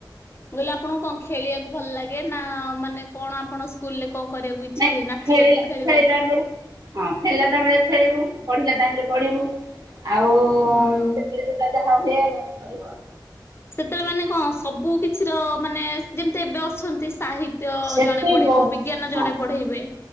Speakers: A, on the left; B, on the right.
A: ମୁଁ କହିଲି ଆପଣଙ୍କୁ କଣ ଖେଳିବାକୁ ଭଲ ଲାଗେ ନାଁ ମାନେ କଣ ଆପଣ ସ୍କୁଲରେ? କଣ କରିବାକୁ ଇଚ୍ଛା
B: ନାଇଁ
A: ହୁଏ ନାଚିବାକୁ
B: ଖେଳିଲା
A: ଖେଳିବାକୁ?
B: ଖେଳିଲା ବେଳେ ହଁ ଖେଳିଲା ଟାଇମ ରେ ଖେଳିବୁ ପଢିଲା ଟାଇମ ରେ ପଢିବୁ। ଆଉ
A: ଓହୋ।
B: ଯେତେବେଳେ ଯୋଉଁଟା ଯାହା ହୁଏ କରିବୁ ଆଉ।
A: ସେତେବେଳେ ମାନେ କଣ ସବୁ କିଛିର ମାନେ ଯେମିତି ଏବେ ଅଛନ୍ତି ସାହିତ ସାହିତ୍ୟ
B: ସେତେ
A: ଜଣେ ପଢେଇବ
B: ବହୁ
A: ବିଜ୍ଞାନ
B: ହଁ
A: ଜଣେ ପଢେଇବେ